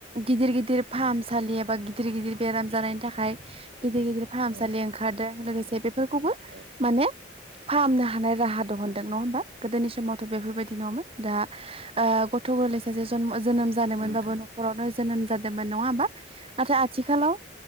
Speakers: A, on the right (about 30°); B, on the right (about 60°).
A: गिदिर गिदिर फाहामसालि एबा गिदिर गिदिर बेराम जानायनि थाखाय गिदिर गिदिर फाहामसालि
B: औ
A: ओंखारदों लोगोसे बेफोरखौबो
B: औ
A: माने फाहामनो हानाय राहा दंहोनदों नङा होमबा गोदोनि समावथ' बेफोरबायदि नङामोन दा ओ गथ' गोरलै स सासे जोनोम ज जादों मोनबाबो
B: नोंथां
A: न'खरावनो जोनोम जादोंमोन नङा होमबा। नाथाय आथिखालाव